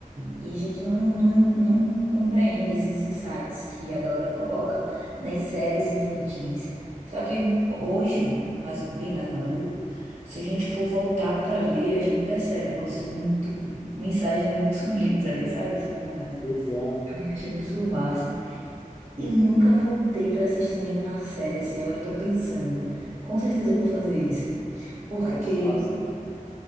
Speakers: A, on the right; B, on the left.
A: e, e a gente não, não, não compreende esses insights que a galera coloca nas séries infantis. Só que hoje, mas bem mais maduro, se a gente for voltar pra ver, a gente percebe coisas muito, mensagens muito sublimes ali, sabe? Subliminares.
B: exato.
A: <laughs> Eu achei isso o máximo. Eu nunca voltei pra assistir nenhuma série, assim. Agora eu tô pensando. Com certeza eu vou fazer isso. Porque,
B: Nossa, fácil.